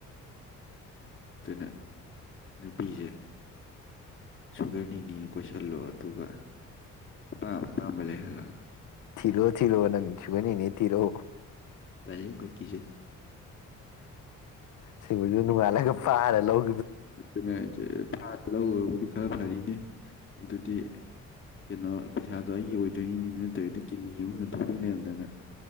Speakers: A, on the left; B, on the left.
A: ꯑꯗꯨꯅ ꯅꯨꯄꯤꯁꯦ ꯁꯨꯒꯔ ꯅꯤ ꯀꯣꯏꯁꯜꯂꯣ ꯑꯗꯨꯒ ꯑꯝ ꯇꯥꯝꯕ ꯂꯩꯍꯜꯂ
B: ꯊꯤꯔꯣ ꯊꯤꯔꯣꯅ ꯆꯒꯅꯤ ꯅ ꯊꯤꯔꯣ
A: ꯀꯦ ꯀꯣꯏ ꯀꯖꯦ
B: ꯁꯤꯕꯨ ꯃꯥꯂꯒ ꯄꯔ ꯂꯧ
A: ꯑꯗꯨꯅꯁꯦ ꯐꯥ ꯂꯧꯕꯨꯗꯤ ꯈꯔ ꯐꯔꯤꯅꯦ ꯑꯗꯨꯗꯤ ꯀꯩꯅꯣ ꯄꯩꯁꯥꯗꯣ ꯑꯩꯒꯤ ꯑꯣꯏꯗꯣꯏꯅꯤꯅꯤ ꯅꯠꯇꯕꯤꯗ ꯀꯤꯠꯅꯤ ꯑꯃ ꯌꯣꯟꯊꯣꯛꯄꯤ ꯂꯩꯔꯝꯗꯅ